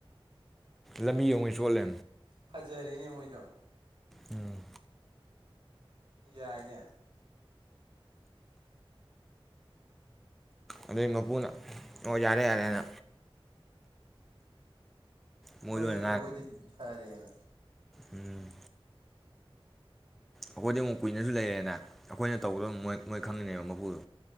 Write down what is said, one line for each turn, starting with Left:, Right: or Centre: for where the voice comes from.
Centre: ꯂꯝꯕꯤ ꯌꯦꯡꯉꯩ ꯁꯣꯜꯂꯦ
Right: ꯐꯖꯌꯥꯔꯤꯅꯤ ꯃꯣꯏꯗꯣ
Centre: ꯎꯝ
Right: ꯌꯥꯏꯅꯦ
Centre: ꯑꯗꯨꯏ ꯃꯄꯨꯅ ꯑꯣ ꯌꯥꯔꯦ ꯌꯥꯔꯦꯅ ꯃꯣꯏꯗ
Right: ꯅꯅ
Centre: ꯑꯣꯏꯅ
Right: ꯇ ꯍꯣꯏꯗꯤ ꯀꯥꯔꯦꯅ
Centre: ꯎꯝ ꯑꯩꯈꯣꯏꯗꯤ ꯑꯃꯨꯛ ꯀꯨꯏꯅꯁꯨ ꯂꯩꯔꯦꯅ ꯑꯩꯈꯣꯏꯅ
Right: ꯎꯝ
Centre: ꯇꯧꯒꯗꯕ ꯃꯣꯏ ꯃꯣꯏ ꯈꯪꯉꯤꯅꯦꯕ ꯃꯄꯨꯗꯣ